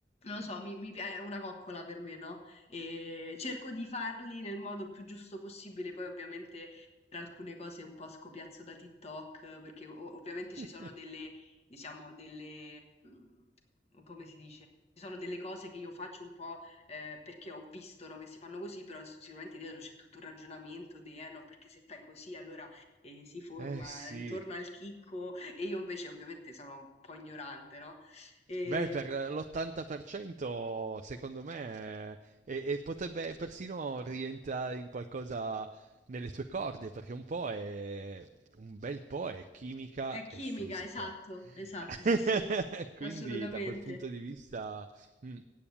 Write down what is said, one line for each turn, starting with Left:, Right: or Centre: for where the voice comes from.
Left: Non lo so, mi, mi, pi- è una coccola per me, no? e cerco di farli nel modo più giusto possibile. Poi ovviamente per alcune cose un po' scopiazzo da TikTok, perché o- ovviamente ci
Right: <laughs>
Left: sono delle, diciamo, delle, mm, come si dice? Ci sono delle cose che io faccio un po' eh, perché ho visto, no, che si fanno così, però sic- sicuramente dietro c'è tutto un ragionamento di, eh no, perché se fai così allora eh, si forma
Right: Eh sì,
Left: intorno al chicco e io invece ovviamente sono un po' ignorante, no? E
Right: Beh, per l'80% secondo me e, e potrebbe persino rientrare in qualcosa nelle tue corde, perché un po' è un bel po' è chimica
Left: È chimica,
Right: e fisica.
Left: esatto, esatto,
Right: <laughs>
Left: sì, sì,
Right: Quindi
Left: assolutamente.
Right: da quel punto di vista, mm,